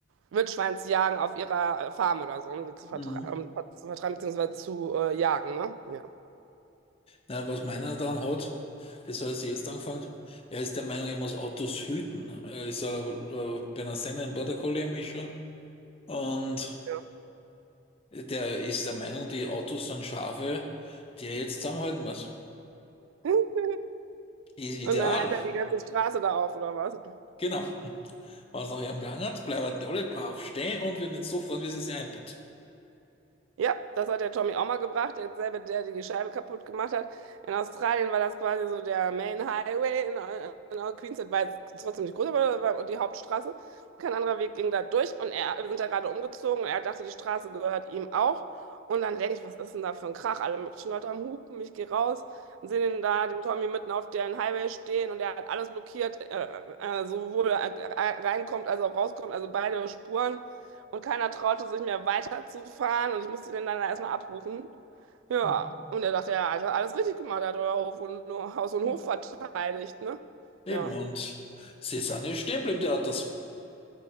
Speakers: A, on the right (about 85°); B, on the left (about 30°).
A: Wildschwein zu jagen auf ihrer äh, Farm oder so, um die zu vertreiben,
B: Mhm.
A: um, zu vertreiben beziehungsweise zu äh, jagen, ne? Ja.
B: Na, was meiner dann hat, das hat er jetzt angefangen. Er ist der Meinung, er muss Autos hüten. Er ist ein, äh, bei einer Sennen Border Collie Mischung und
A: Ja.
B: der ist der Meinung, die Autos sind Schafe, die er jetzt zusammenhalten muss.
A: <laughs>
B: I-
A: Und
B: Ideal,
A: dann hält er die ganze Straße da auf, oder was?
B: genau. Was es nach ihm Gang hat, bleiben die alle brav stehen und wir nicht so fahren, wie sie sich einbilden.
A: Ja, das hat der Tommy auch mal gebracht, derselbe, der die Scheibe kaputt gemacht hat. In Australien war das quasi so der Main Highway in, in Queensland, war jetzt trotzdem nicht groß, aber das war die Hauptstraße. Kein anderer Weg ging da durch und er, wir sind da gerade umgezogen und er dachte, die Straße gehört ihm auch. Und dann denke ich, was ist denn da für ein Krach? Alle möglichen Leute am Hupen, ich gehe raus und sehe den da, den Tommy mitten auf dem Highway stehen und er hat alles blockiert, äh, äh, sowohl äh, reinkommt als auch rauskommt, also beide Spuren. Und keiner traute sich mehr weiterzufahren und ich musste den dann erstmal abrufen. Ja,
B: Mhm.
A: und er dachte, ja, hat alles richtig gemacht, er hat euer Hof und, Haus und
B: Ja,
A: Hof verteidigt, ne?
B: Eben,
A: Ja,
B: und sie sind ja stehen geblieben, die Autos.